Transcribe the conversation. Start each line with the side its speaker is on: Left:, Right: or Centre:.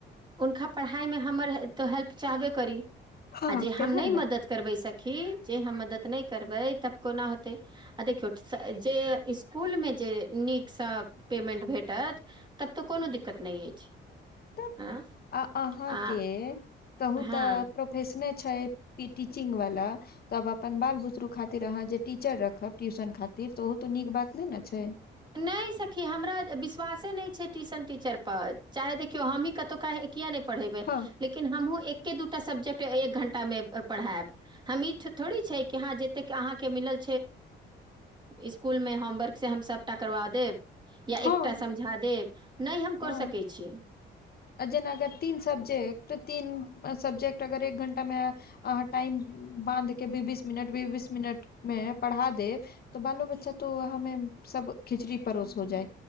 Right: हुनका पढ़ाइ मे हमर तो हेल्प चाहबे करी
Left: हँ
Right: आ जे
Left: केहन
Right: हम नहि
Left: ने
Right: मदद करबै सखी जे हम मदद नहि करबै तब कोना होतै आ देखियौ जे स्कूल मे जे नीकसँ पेमेंट भेटत तब तऽ कोनो दिक्कत नहि अछि
Left: तऽ
Right: हाँ
Left: आ अहाँके
Right: आ
Left: कहू
Right: हँ
Left: तऽ प्रोफेशने छै टीचिंग वाला तब अपन बाल बुतरू खातिर अहाँ जे टीचर रखब ट्यूशन खातिर तऽ ओ तऽ नीक बात नहि ने छै
Right: नहि सखी हमरा विश्वासे नहि छै ट्यूशन टीचर पर चाहे देखियौ हमहीं कतहु काह किया नहि पढ़ेबै
Left: हँ
Right: लेकिन हमहुँ एके दूटा सब्जेक्ट एक घंटा मे पढ़ायब हमीठ थोड़ी छै कि हाँ जतेक अहाँ के मिलल स्कुल मे होमवर्क से हम सबटा करबा देब या
Left: हँ
Right: एकटा समझा देब नहि हम
Left: हँ
Right: कर सकै छियै
Left: जेना अगर तीन सब्जेक्ट तीन सब्जेक्ट अगर एक घण्टामे अहाँ टाइम बान्ध के बी बीस मिनट बी बीस मिनट मे पढ़ा देव तऽ बालो बच्चा तो हमे सब खिचड़ी परोस हो जाइ